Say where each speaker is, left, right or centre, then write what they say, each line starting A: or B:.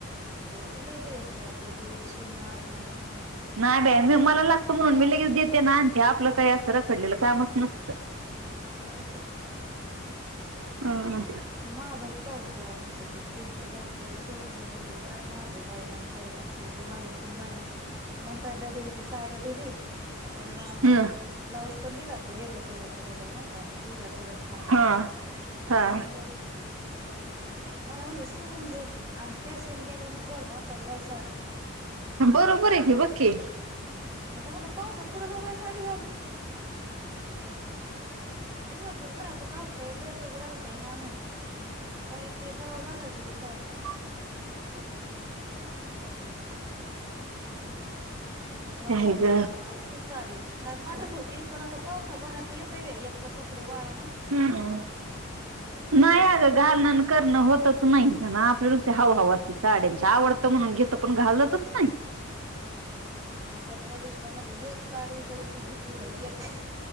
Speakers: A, on the right (about 15°); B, on the right (about 80°).
A: तो कोलाही दिवस ठेवा आपलं देन शिवून अर्जंट द्या म्हणायचं
B: नाही बाई मी मला लागत म्हणून मी लगेच देते नाते आपलं काही असं रखडलेलं कामच नसतं
A: हा मंगग काय तर
B: हम् अ
A: माझाच दाऊस देवा म्हणते ते फिलचे बाई तरी शेवण व्हाईन इकडं काय माझं व्हाय ना जाय शिव ते घालून पण होय ना म्हणता द दिशी ती साडी दिली पण मग
B: हम्म
A: ब्लाऊज पण दिला तो येल्लो कलरचा त्याच्यावर नाही का पिवळ्या कलरचा
B: हा हा
A: आणि मग मला म्हणजे शिवून घे आणि फॅशन गेल नग गल आताच घाल साडे
B: बरोबर आहे हे बकी
A: आता मला पाऊसात कुठ जो बाय साडी घालून दिवसभर घरातच असतय ड्रेसच घालतय माणूस हा आणि काय त कवा घालायची ती साडी
B: <inaudible>
A: बघू आता
B: काय
A: म्हणलं
B: ग
A: जालाती साडी छान वाटत होती पण आता पावसा पाण्यात स ते व एकदा कपडे वला
B: हम्म हम्म
A: कपड्याची
B: नाही अ
A: भर
B: गं घालणं करणं होतच नाही आपल्यालाुते हवा हवा असत ती साड्यांची आवडतं म्हणून घेत पण घालतच नाही
A: आता तर त्या दुशमन म्हला एक साडी जरी तू घेतली रा एक